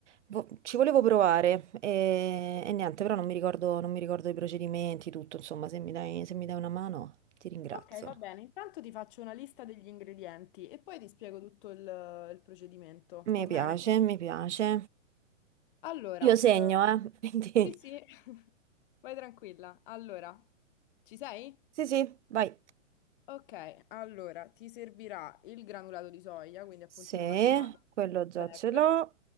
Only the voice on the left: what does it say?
Ok, va bene. Intanto ti faccio una lista degli ingredienti e poi ti spiego tutto il il procedimento,
va bene?
Allora,
eh,
sì, sì, <laughs> vai tranquilla. Allora, ci sei?
Ok, allora ti servirà il granulato di soia, quindi appunto
il macinato
bag,